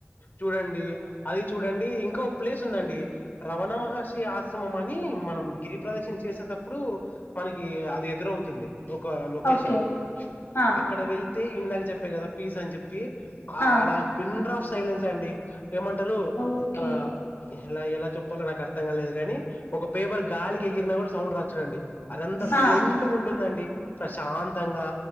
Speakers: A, on the left; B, on the left.
A: చూడండి అది చూడండి ఇంకొక ప్లేస్ ఉందండి రవణ మహర్షి ఆశ్రమం అని మనం గిరి ప్రదక్షిణ చేసేటప్పుడు మనకి అది ఎదురవుతుంది ఒక లొకేషన్
B: ఓకే ఆ
A: అక్కడ వెళ్ తే ఇందక చెప్పాను కదా పీస్ అని చెప్పి ఆలా
B: ఆ
A: పిండ్రాప్ సైలెన్స్ అండి ఏమంటారు
B: ఓకే
A: ఆ ఎలా ఎలా చెప్పాలో నాకు అర్థం కాలేదుగాని ఒక పేపర్ గాలికి ఎగిరినా కూడా సౌండ్ రాచ్చుడండి అదంతా సైలెంట్గా
B: ఆ
A: ఉంటుందండి ప్రశాంతంగా